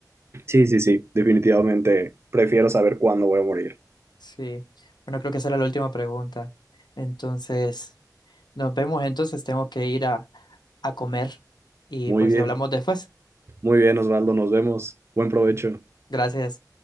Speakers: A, on the right; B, on the left.
A: sí, sí, sí, definitivamente prefiero saber cuándo voy a morir.
B: Sí, bueno, creo que esa era la última pregunta. Entonces... Nos vemos entonces, tengo que ir a, a comer y
A: Muy
B: pues
A: bien.
B: hablamos después.
A: Muy bien, Osvaldo, nos vemos. Buen provecho.
B: Gracias.